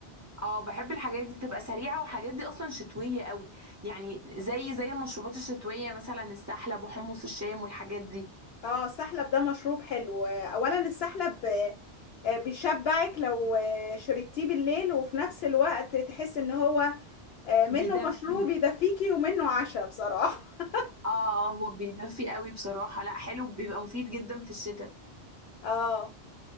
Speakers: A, on the right; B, on the left.
A: اه بحب الحاجات دي بتبقى سريعه وحاجات دي اصلا شتويه قوي يعني زي زي المشروبات الشتويه مثلا السحلب وحمص الشام والحاجات دي
B: اه السحلب ده مشروب حلو آه، اولا السحلب آه، آه، بيشبعك لو آه، شربتيه بالليل وفي نفس الوقت تحس ان هو آه، منه
A: بيدفي
B: مشروب يدفيكي ومنه عشاء بصراحة <laughs>
A: اه هو بيدفي قوي بصراحة لا حلو بيبقى مفيد جدا في الشتاء
B: اه